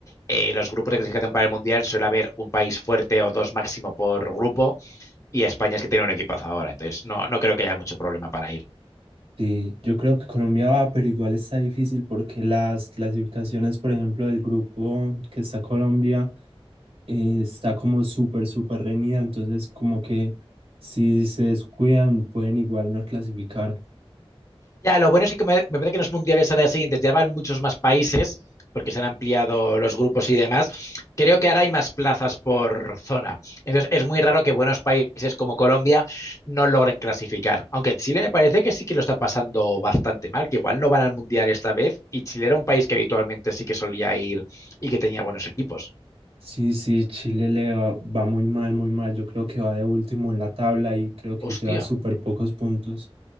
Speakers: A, on the left; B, on the right.
A: eh, los grupos de clasificación para el Mundial suele haber un país fuerte o dos máximo por grupo, y España es que tiene un equipazo ahora, entonces no, no creo que haya mucho problema para ir.
B: Sí, yo creo que Colombia va, pero igual está difícil porque las clasificaciones, por ejemplo, del grupo que está Colombia, eh, está como súper, súper reñida, entonces como que si se descuidan pueden igual no clasificar.
A: Ya, lo bueno es que me, me parece que en los mundiales ahora siguientes ya van muchos más países, porque se han ampliado los grupos y demás. Creo que ahora hay más plazas por zona. Entonces, es muy raro que buenos países como Colombia no logren clasificar. Aunque Chile me parece que sí que lo está pasando bastante mal, que igual no van al mundial esta vez, y Chile era un país que habitualmente sí que solía ir y que tenía buenos equipos.
B: Sí, sí, Chile le va, va muy mal, muy mal, yo creo que va de último en la tabla y creo que
A: Hostia.
B: lleva súper pocos puntos.